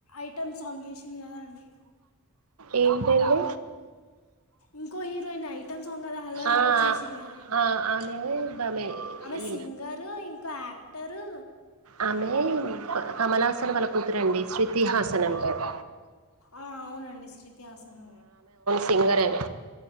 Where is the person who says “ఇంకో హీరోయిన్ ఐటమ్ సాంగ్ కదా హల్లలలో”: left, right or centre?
Left